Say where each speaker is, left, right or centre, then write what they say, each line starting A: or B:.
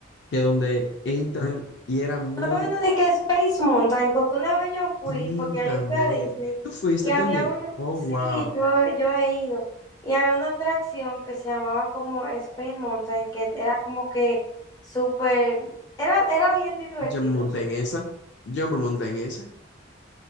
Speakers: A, on the left; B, on the left.
A: que donde entran y era muy,
B: No me vino de que Space Mountain, porque una vez yo fui,
A: sí,
B: porque ya
A: también.
B: yo fui a Disney,
A: ¿Tú fuiste
B: y había
A: también?
B: una,
A: Oh,
B: sí,
A: wow.
B: yo, yo he ido, y había una atracción que se llamaba como Space Mountain, que era como que súper, era, era bien divertido.
A: Yo me monté en esa, yo me monté en esa.